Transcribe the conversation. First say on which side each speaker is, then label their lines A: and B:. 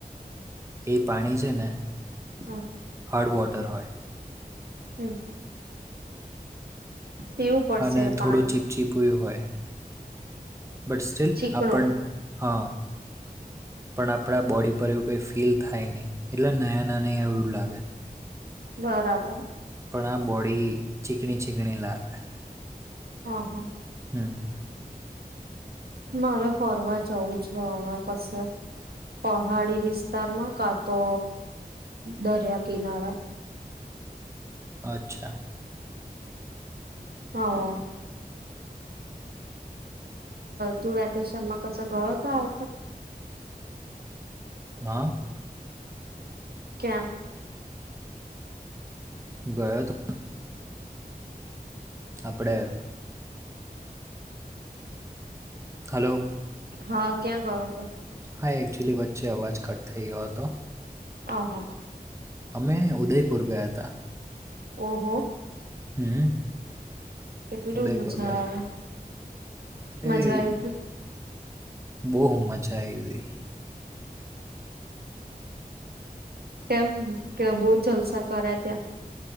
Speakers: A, on the right; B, on the right.
A: એ પાણી છે ને
B: હમ
A: હાર્ડ વોટર હોય
B: હમ પીવું પડશે
A: અને
B: એ
A: થોડું
B: પાણી
A: ચીપચીપય હોય બટ સ્ટીલ
B: ચીકણું
A: આપણ અ પણ આપણા બોડી પર એવું કંઈ ફીલ થાય નહીં એટલે નાયાં ના નં આવ એવું જ લાગે
B: બરાબર
A: પણ આ બોડી ચીકણી ચીકણી લાગે
B: હા હા
A: હમ
B: મારે ફરવા જવું છ હવે કસે પહાડી વિસ્તારમાં કા તો દરિયા કિનારા
A: અચ્છા
B: હ તું વેકેશનમાં કસે ગયો તો આ વખતે?
A: હા.
B: કેયાં?
A: ગયો તો આપડે હલો
B: હા ક્યાં ગયો હતો?
A: હા એકચ્યુઅલી વચ્ચે અવાજ કટ થઈ ગયો હતો.
B: ઓ હા
A: અમે ઉદયપુર ગયા હતા.
B: ઓહો
A: હમ
B: કેટલું
A: ઉદયપુર
B: મજા
A: ગયા
B: આવે
A: છે
B: મજા
A: અરે
B: આવી હતી
A: બહ મજા આયવી
B: કેમ કે બહુ જલસા કર્યા ત્યાં?